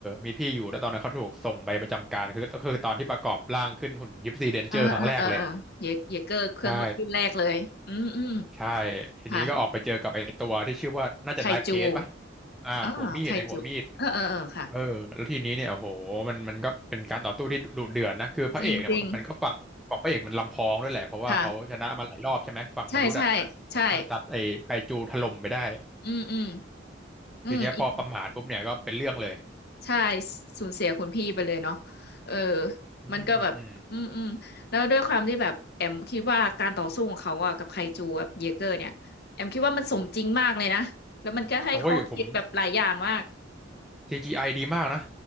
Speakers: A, in the centre; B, on the left (about 60°).
A: มีพี่อยู่แล้วตอนนั้นเขาถูกส่งไปประจำการคือก็คือตอนที่ประกอบร่างขึ้นหุ่นยิปซีเดนเจอร์ครั้งแรกเลย
B: อ่าอ่าอ่าอ่าเยเยเกอร์เครื่องรุ่นแรกเลยอืมอืม
A: ใช่ใช่ทีนี้ก็ออกไปเจอกับไอ้ตัวที่ชื่อว่าน่าจะไนฟ์เฮดป่ะ
B: ค่ะไคจู
A: อ่าหัวมีดไอ้หัวมีด
B: อ่าไคจูเออเออเออค่ะ
A: เออแล้วทีนี้เนี่ยโอ้โหมันมันก็เป็นการต่อสู้ที่ดุเดือดนะคือพระเอกเนี่ยมันก็มันก็ฝั่งฝั่งพระเอกมันลำพองด้วยแหละเพราะว่าเขาชนะมาหลายรอบใช่ไหมฝั่งมนุษย์อะ
B: จริงจริงค่ะใช่ใช่ใช่
A: สามารถซัดไอ้ไคจูถล่มไปได้
B: อืมอืมอืมอีก
A: ทีเนี้ยพอประมาทปุ๊บเนี่ยก็เป็นเรื่องเลย
B: ใช่สูญเสียคุณพี่ไปเลยเนาะเออ
A: อืมอืม
B: มันก็แบบอืมอืมแล้วด้วยความที่แบบแอมคิดว่าการต่อสู้ของเขาอะกับไคจูกับเยเกอร์เนี่ยแอมคิดว่ามันสมจริงมากเลยนะแล้วมันก็ให้ข้อคิดแบบหลายอย่างมาก
A: โอ้ยผม CGI ดีมากนะ